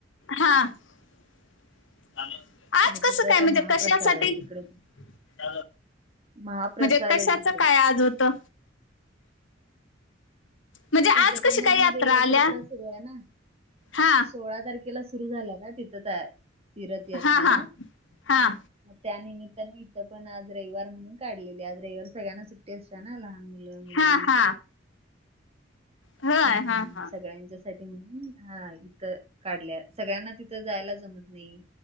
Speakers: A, on the left; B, on the right.
A: हा <unintelligible> आज
B: मग
A: कसं
B: तिथं
A: काय
B: आता
A: म्हणजे
B: महाप्रसाद
A: कशासाठी
B: आहे तिकडे
A: <unintelligible>
B: महाप्रसाद
A: म्हणजे कशाच
B: आहे तिथं
A: काय आज होतं. म्हणजे
B: ती
A: आज
B: जगन्नाथ
A: कशी काय
B: मध्ये रथ
A: आल्या
B: यात्रा सुरू आहे ना
A: हा
B: सोळा तारखेला तिला सुरु झालाय ना तिथ जायचं तीरथयात्रा
A: हा हा हा
B: मग त्यानिमित्ताने इथं पण आज रविवार म्हणून काढलेली आज रविवार सगळ्यांना सुट्टी असतताना लहान मुलाना लय मुली
A: हा हा होय
B: हम्म
A: हा हा
B: सगळ्यांच ण हाय इथ काढल्या सगळ्यांना तिथं जायला जमत नाही.